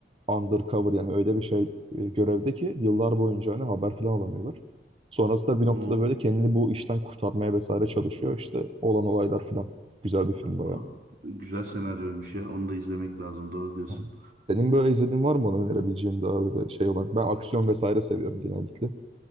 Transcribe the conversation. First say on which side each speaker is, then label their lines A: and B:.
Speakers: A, on the right (about 35°); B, on the right (about 50°).
A: undercover yani öyle bir şey e, görevde ki yıllar boyunca hani haber falan alamıyorlar. Sonrasında bir noktada
B: O
A: böyle kendini bu işten kurtarmaya vesaire çalışıyor. İşte olan olaylar falan. Güzel bir film bayağı.
B: aa, güzel senaryoymuş ya. Onu da izlemek lazım. Doğru diyorsun.
A: Tamam. Senin böyle izlediğin var mı bana önerebileceğin daha böyle şey olan? Ben aksiyon vesaire seviyorum genellikle.